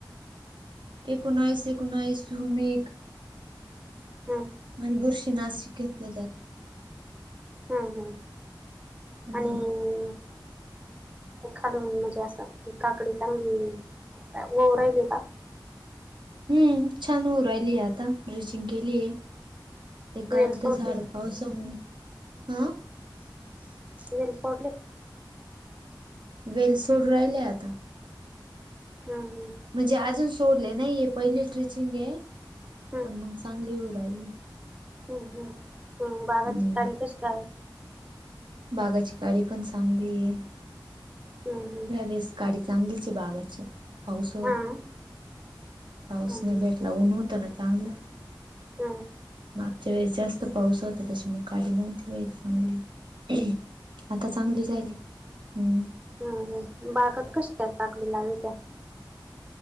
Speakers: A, on the right; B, on the right.
A: एकोनाइस एकोनाइस झुमिक
B: हम्म.
A: आणि बुरशी नाशिक घेतलं जात.
B: हम्म हम्म
A: हम्म.
B: आणि खालून म्हणजे असं काकडी चांगली राहिली का.
A: हम्म छान होऊ राहिली आहे आता ड्रेशिंग केलीय एक
B: वेल
A: अर्ध
B: सोडले
A: झाड होऔ समय हा
B: विल्पडली <unintelligible>
A: वेल सोडू राहिलय आता
B: हम् हम्म.
A: म्हणजे अजून सोडले नाहीय पहिली स्ट्रिचिंग ये
B: हम्म
A: पण मग चांगली होऊ राहिली.
B: हम्म हम् हम् बागाची
A: हम्म
B: तारी कस काय.
A: बागाची काडी पण चांगली ये.
B: हम्म हम्म
A: या वेळेस काडी चांगलीची बागाची पाऊस
B: हा ना.
A: पाऊसने
B: हम्म
A: भेटला ऊन होत ना चांगलं.
B: हम्.
A: मागच्या वेळेस जास्त पाऊस होता त्याच्यामुग काडी नव्हती होईल चांगली. आता चांगली झाली हम्म.
B: ह बागत कशी काय साखळी लागवी त्या